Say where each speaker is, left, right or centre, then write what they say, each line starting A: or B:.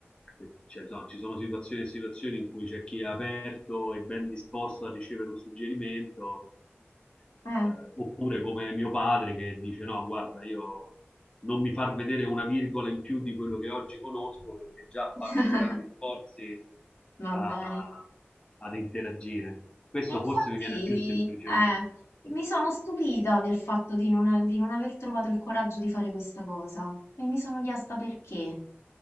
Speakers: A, on the left; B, on the left.
A: che- cioè, no, ci sono situazioni e situazioni in cui c'è chi è aperto e ben disposto a ricevere un suggerimento,
B: Eh.
A: eh, oppure come mio padre che dice: No, guarda, io non mi far vedere una virgola in più di quello che oggi conosco perché già
B: <laughs>
A: faccio grandi sforzi
B: Va
A: a-
B: bene.
A: a- ad interagire. Questo
B: E infatti,
A: forse mi viene più semplicemente.
B: eh, mi sono stupita del fatto di non, di non aver trovato il coraggio di fare questa cosa e mi sono chiesta perché.